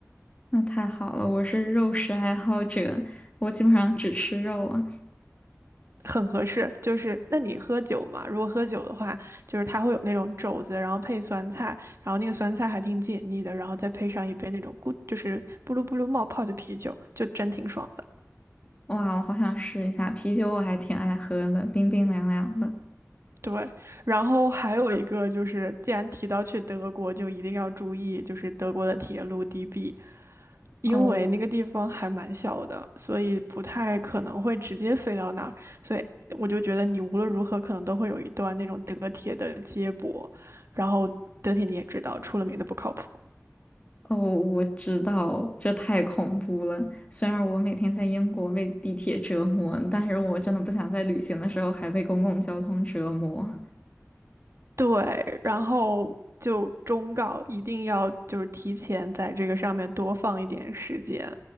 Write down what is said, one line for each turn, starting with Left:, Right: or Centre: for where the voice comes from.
Left: 那太好了，我是肉食爱好者，我基本上只吃肉啊。
Right: 很合适，就是那你喝酒嘛，如果喝酒的话，就是它会有那种肘子，然后配酸菜，然后那个酸菜还挺解腻的，然后再配上一杯那种咕，就是咕噜咕噜冒泡的啤酒，就真挺爽的。
Left: 哇，我好想试一下啤酒，我还挺爱喝的，冰冰凉凉的。
Right: 对，然后还有一个就是，既然提到去德国，就一定要注意，就是德国的铁路 DB。因为那个地方还蛮小的，
Left: 哦，
Right: 所以不太可能会直接飞到那儿，所以我就觉得你无论如何可能都会有一段那种德铁的接驳，然后德铁你也知道，出了名的不靠谱。
Left: 哦，我知道，这太恐怖了。虽然我每天在英国被地铁折磨，但是我真的不想在旅行的时候还被公共交通折磨
Right: 对，然后就忠告一定要就是提前在这个上面多放一点时间。